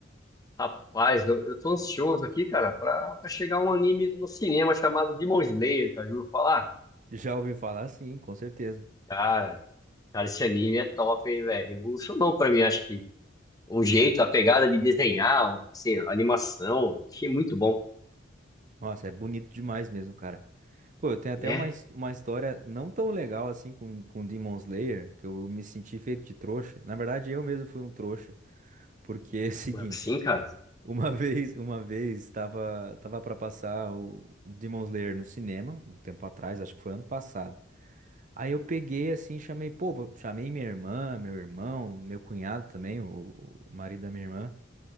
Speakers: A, on the left; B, on the right.
A: Rapaz, eu, eu tô ansioso aqui, cara, pra, pra chegar um anime no cinema chamado Demon Slayer, cara. Já ouviu falar?
B: <laughs> Já ouvi falar, sim, com certeza.
A: Cara, cara, esse anime é top, hein, velho. Revolucionou pra mim, acho que. O jeito, a pegada de desenhar, assim, a animação. Achei muito bom,
B: Nossa, é bonito demais mesmo, cara. Pô, eu tenho até
A: né?
B: uma, his- uma história não tão legal assim com, com Demon Slayer, que eu me senti feito de trouxa. Na verdade, eu mesmo fui um trouxa, porque é o seguinte.
A: Como assim, cara?
B: Uma <laughs> vez, uma vez estava tava para passar o Demon Slayer no cinema, um tempo atrás, acho que foi ano passado. Aí eu peguei assim, chamei, pô, vou- chamei minha irmã, meu irmão, meu cunhado também, o, o marido da minha irmã,